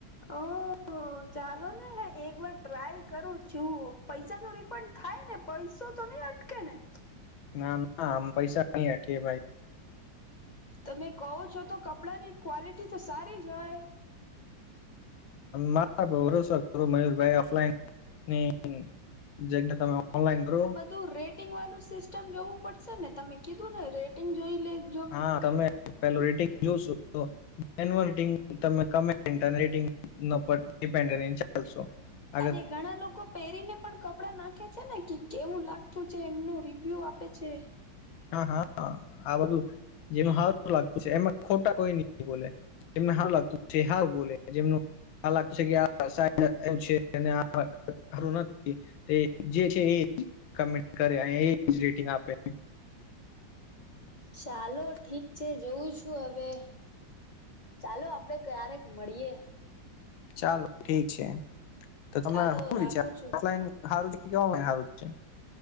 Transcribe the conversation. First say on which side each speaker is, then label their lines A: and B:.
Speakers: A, on the left; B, on the left.
A: ઓ ઓ ચાલો ને એક વાર ટ્રાય કરું છું પૈસા તો રિફંડ થાય ને પૈસો તો નહી અટ અટકેને
B: ના ના આમ પૈસા નહી અટકે ભાઈ.
A: તમે કહો છો તો કપડાં ની ક્વોલિટી તો સારી જ હોય.
B: મારા ભરોસો કરો મયુરભાઈ ઓફલાઈન ની જે તમે ઓનલાઇન કરો
A: તો રેટિંગ વાળું સિસ્ટમ જોવું પડશે ને તમે કીધું ને રેટિંગ જોઈ લે તો
B: હા તમે પેલુ રેટિંગ જોશો તો એ રટિંગ તમે કમે રટિંગ ડિપેન્ડ ચાલશો <unintelligible>
A: અને ઘણા લોકો પહેરીને પણ કપડા નાખે છે ને કે કેવું લાગતું છે એમનું રિવ્યુ આપે છે
B: હા હા આ બધું જેનું હારું લાગતું છે એમાં ખોટા કોઈ ની બોલે એમને હારુ લાગતું છે હાર બોલે જેમનું હાર લાગતું છે કે આ એમ છે નથી જે છે એ કમેન્ટ કરે અને એ જ રેટિંગ આપે
A: ચાલો ઠીક છે જોઉં છું હવે ચાલો આપડે ક્યારેક મળીએ
B: ચાલો ઠીક છે તો તમે
A: ચાલો
B: શું
A: રાખું
B: વિચાર
A: છું
B: ઓલાઈન હારું છે કે ઓનલાઈન હારું છે